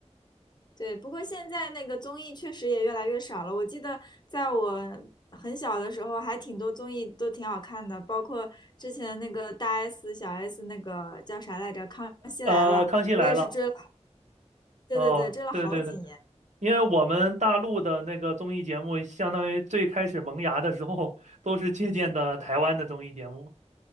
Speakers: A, on the left; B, on the right.
A: 对，不过现在那个综艺确实也越来越少了。我记得在我很小的时候，还挺多综艺都挺好看的，包括之前那个大 S、小 S 那个叫啥来着，《康熙来了》，
B: 呃，康熙来了。
A: 我也是追了，对对对，
B: 哦，
A: 追了好几年。
B: 对对对，因为我们大陆的那个综艺节目，相当于最开始萌芽的时候，都是借鉴的台湾的综艺节目，